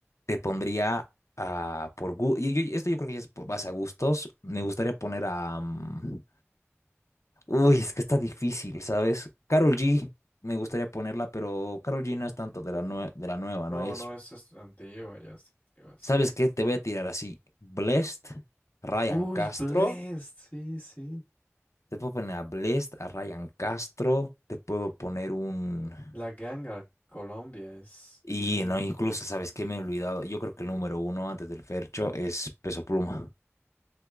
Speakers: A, on the left; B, on the left.
A: te pondría a, por gu- y- y- esto yo creo que ya es por- más a gustos, me gustaría poner a, mm, uy, es que está difícil, ¿sabes? Carol G, me gustaría ponerla, pero Carol G no es tanto de la, nue- de la nueva,
B: No,
A: ¿no? Ella Es,
B: no, es, es antigua, ya es antigua, sí.
A: ¿sabes qué? Te voy a tirar así, Blessed, Ryan
B: Uy,
A: Castro,
B: Blessed, sí, sí.
A: te puedo poner a Blessed, a Ryan Castro, te puedo poner un...
B: La ganga Colombia es
A: Y
B: muy...
A: no, incluso, ¿sabes qué? Me he olvidado. Yo creo que el número uno antes del Fercho es Peso Pluma.